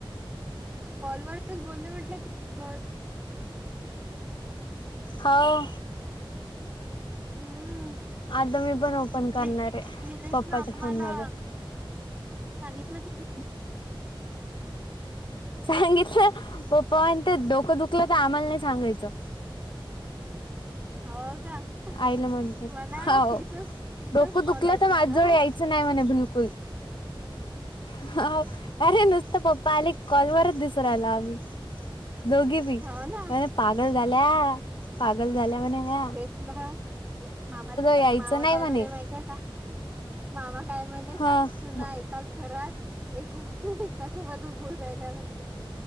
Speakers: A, on the right; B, on the left.
A: कॉलवरच बोलले म्हटलं, तीन दिवस.
B: हावो.
A: हम्म....
B: आता मी पण ओपन करणार
A: <unintelligible>
B: आहे
A: निलेश
B: पप्पाच्या
A: ना आम्हाला
B: फोन मध्ये
A: सांगितलं की
B: सांगितलं. पप्पा म्हणतेत डोकं दुखलं तर, आम्हाला नाही सांगायचं.
A: हो का?
B: आईला म्हणतात,
A: म्हणा
B: हावो
A: तिचच तिचच
B: डोकं
A: कॉल
B: दुखलं
A: आहेत
B: तर माझजवळ
A: म्हणा
B: यायचं नाही म्हणे बिलकुल. हं.. हा.. आरे नुसतं पप्पा आले की, कॉलवरच दिसू राहिलो आम्ही. दोघी बी?
A: हो ना
B: म्हणे पागल झाल्या, पागल झाल्या म्हणे या.
A: तेच मामा
B: यायचं
A: मामा
B: नाही
A: काय
B: म्हणे.
A: म्ह माहि मामा काय म्हणे सासु
B: हा
A: सुना एकाच घरात एका एकासोबतच बोल राहिल्या म्ह